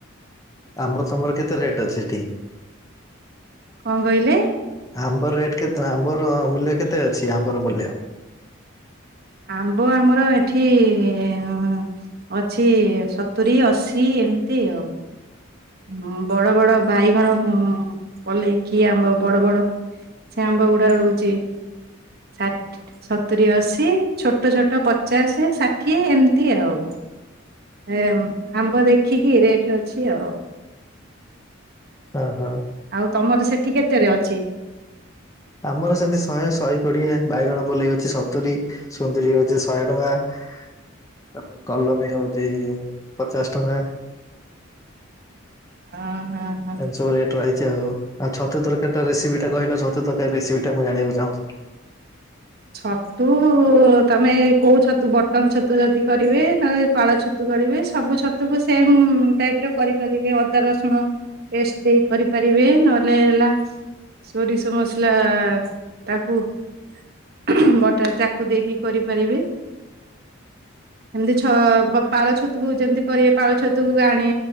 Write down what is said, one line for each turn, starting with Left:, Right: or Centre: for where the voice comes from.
Left: ଆମ୍ବ ତମର କେତେ ରେଟ୍ ଅଛି ସେଠି?
Right: କଁ କହିଲେ?
Left: ଆମ୍ବ ରେଟ୍ କେତେ? ଆମ୍ବର ମୂଲ୍ୟ କେତେ ଅଛି? ଆମ୍ବର ମୂଲ୍ୟ?
Right: ଆମ୍ବ ଆମର ଏଠି ଅ ଅଛି ସତୁରି ଅଶୀ ଏମତି ଆଉ। ହଁ ବଡ଼ ବଡ଼ ବାଇଗଣ ଉଁ ପଲେଇକି ଆମ୍ବ ବଡ଼ ବଡ଼ ସେ ଆମ୍ବ ଗୁଡ଼ା ରହୁଚି ଷାଠ୍ ସତୁରି ଅଶୀ ଛୋଟ ଛୋଟ ପଚାଶେ, ଷାଠିଏ ଏମତି ଆଉ। ଏମ୍ ଆମ୍ବ ଦେଖିକି ରେଟ୍ ଅଛି ଆଉ।
Left: ଓ ହୋ।
Right: ଆଉ ତମର ସେଠି କେତେରେ ଅଛି?
Left: ଆମର ସେମତି ଶହେ ଶହେ କୋଡ଼ିଏ। ବାଇଗଣ ପଲେଇ ହଉଚି ସତୁରି। ସୁନ୍ଦୁରୀ ହଉଚି ଶହେ। ଟଙ୍କା ତାପରେ କଲମୀ ହଉଚି ପଚାଶ ଟଙ୍କା।
Right: ଅ ହଁ। ହଁ
Left: ଏମତି ସବୁ ରେଟ୍ ରହିଚି ଆଉ। ଆଉ ଛତୁ ତରକାରୀ ଟା ରେସିପି ଟା କହିଲ ଛତୁ ତରକାରୀ ରେସିପି ଟା ମୁଁ ଜାଣିବାକୁ ଚାହୁଁଛି।
Right: ଛତୁ ତମେ କୋଉ ଛତୁ ବଟନ ଛତୁ ଯଦି କରିବେ ନହେଲେ ପାଳ ଛତୁ କରିବେ ସବୁ ଛତୁକୁ ସେମ୍ ଟାଇପ୍ ର କରିପାରିବେ ଅଦା ରସୁଣ ପେଷ୍ଟ୍ ଦେଇ କରିପାରିବେ ନହେଲେ ହେଲା ସୋରିଷ ମସଲା ତାକୁ ଉ ହୁଁ ହୁଁ ବଟା ତାକୁ ଦେଇକି କରିପାରିବେ। ଏମତି ଛ ପାଳ ଛତୁକୁ ଯେମତି କରିବେ ପାଳ ଛତୁକୁ ଗାଣି